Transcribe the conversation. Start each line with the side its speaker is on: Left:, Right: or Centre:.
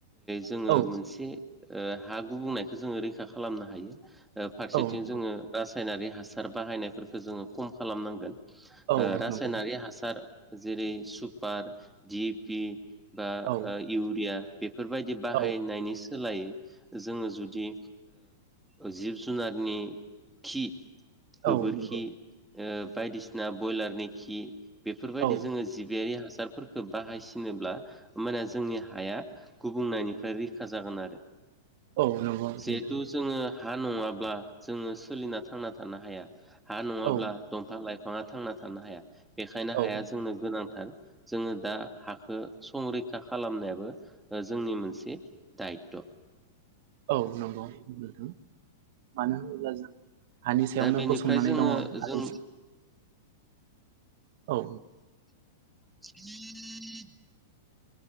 Centre: जोङो
Right: औ
Centre: मोनसे ओ हा गुबुंनायखौ जोङो रैखा खालामनो हायो ओ फारसेथिं
Right: औ नंगौ
Centre: जोङो रा रासायनारि हासार बाहायनायफोरखौ जोङो खम खालामनांगोन
Right: औ
Centre: ओ रासायनारि
Right: नंगौ
Centre: हासार, जेरै सुपार डि पि बा
Right: औ
Centre: ओ इउरिया बेफोरबायदि बाहायनायनि
Right: औ
Centre: सोलायै, जोङो जुदि ओ जिब जुनारनि खि, गोबोरखि
Right: औ नंगौ
Centre: ओ बायदिसिना ब्रयलारनि खि, बेफोरबायदि
Right: औ
Centre: जोङो जिबियारि हासा हासारफोरखौ बाहायसिनोब्ला होमबानिया जोंनि हाया गुबुंनायनिफ्राय रैखा जागोन आरो
Right: औ नंगौ
Centre: जिहेथु
Right: नोंथां,
Centre: जोङो हा नङाब्ला जोङो सोलिना थांना थानो हाया हा नङाब्ला
Right: औ
Centre: दंफां लाइ फाङा थांना थानो हाया बेखायनो
Right: औ
Centre: हाया जोंनो गोनांथार जोङो दा हाखो, संरैखा खालामनायाबो ओ जोंनि मोनसे दायथ'
Right: औ नंगौ नोंथां, मानो होनोब्ला जों हानि सायावनो
Centre: दा बेनिफ्राय
Right: गसंनानै
Centre: जोङो
Right: दङ
Centre: जों
Right: आरो औ
Centre: <unintelligible>